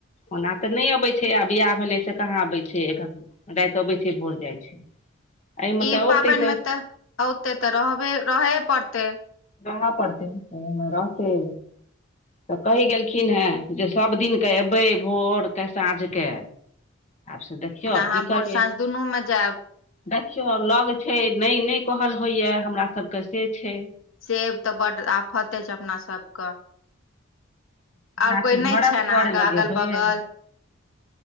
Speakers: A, on the left (about 35°); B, on the left (about 75°).
A: ओना तऽ नहि अबै छै, आ बिआाह भेलै से कहाँ अबै छै एखन। रात अबै छै, भोर जाइ छै। एहिमे
B: ई
A: तऽ
B: पाबनि
A: औतै तऽ
B: में त, ओऔते तऽ रहबे, रहेये पड़ते।
A: रह पड़तै, अऐ मे रहतै, तऽ कहि गेलखिन हे। जे सब दििन के एबै, भोर के, साँझ के, आब से देख। खिओ,
B: अहाँ
A: की
B: भोर
A: करबे।
B: साँझ दुनू मे जायब
A: देखियौ, आब लग छै, नहि -नहि कहल होइय, हमरा सभके से छै।
B: सेब तऽ बड आफते छै, अपना सबके।
A: जेनाकि
B: आओर कोइ
A: घरक
B: नहि छनि,
A: गढ़
B: अहाँके
A: लगेबै
B: अगल बगल।